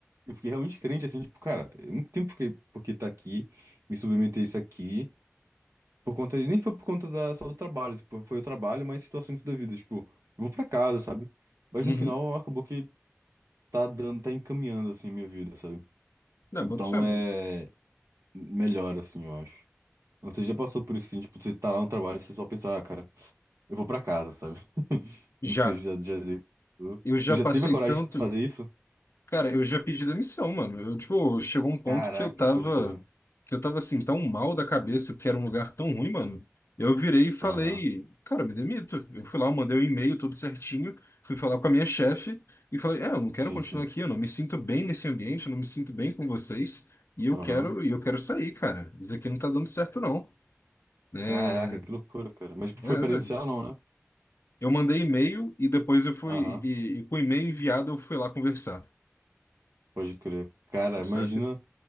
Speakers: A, on the right (about 75°); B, on the left (about 60°).
A: Eu fiquei realmente crente, assim, tipo, cara, eu não tem por que, por que tá aqui, me submeter a isso aqui, por conta, nem foi por conta da, só do trabalho, tipo, foi o trabalho, mas situações da vida, tipo, eu vou pra casa, sabe? Mas
B: Uhum.
A: no final acabou que tá dando, tá encaminhando, assim, a minha vida, sabe?
B: Não,
A: Então
B: boto fé, mano.
A: é melhor, assim, eu acho. Não sei, já passou por isso, assim, tipo, você tá lá no trabalho, você só pensa, ah, cara, eu vou pra casa, sabe? <laughs>
B: Já.
A: Não sei, já, já deu.
B: Eu já
A: Tu já
B: passei
A: teve a coragem
B: tanto.
A: de fazer isso?
B: Cara, eu já pedi demissão, mano. Eu, tipo, chegou um ponto
A: Caraca,
B: que eu tava,
A: pode crer.
B: que eu tava assim, tão mal da cabeça, porque era um lugar tão ruim, mano. Eu virei e falei,
A: Aham,
B: cara, me demito. Eu fui lá, eu mandei um e-mail tudo certinho, fui falar com a minha chefe e falei, é, eu não quero
A: sim,
B: continuar
A: sim.
B: aqui, eu não me sinto bem nesse ambiente, eu não me sinto bem com vocês, e eu
A: Aham.
B: quero, e eu quero sair, cara. Isso aqui não tá dando certo, não. É,
A: Caraca, que loucura, cara. Mas foi
B: é,
A: presencial,
B: velho.
A: não, né?
B: Eu mandei e-mail e depois eu fui,
A: Aham,
B: e, e e com o e-mail enviado eu fui lá conversar,
A: pode crer. Cara, imagina,
B: saca?